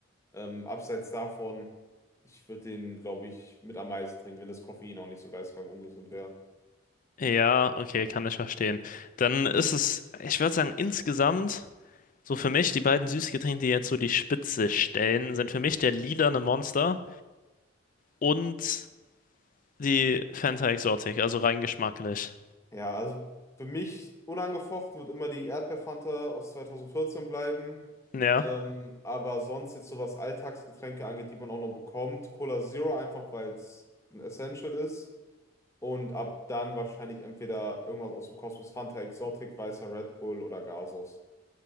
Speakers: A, on the left; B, on the left.
A: ähm, abseits davon, ich würde den, glaube ich, mit am meisten trinken, wenn das Koffein auch nicht so geistkrank ungesund wäre.
B: Ja, okay, kann ich verstehen. Dann ist es, ich würde sagen, insgesamt, so für mich, die beiden Süßgetränke, die jetzt so die Spitze stellen, sind für mich der lilane Monster und die Fanta Exotic, also rein geschmacklich.
A: Ja, also für mich unangefochten wird immer die Erdbeerfanta aus 2014 bleiben.
B: Ja,
A: Ähm, aber sonst jetzt so was Alltagsgetränke angeht, die man auch noch bekommt, Cola Zero einfach, weil es ein Essential ist. Und ab dann wahrscheinlich entweder irgendwas aus dem Kosmos, Fanta Exotic, weißer Red Bull oder Gasos.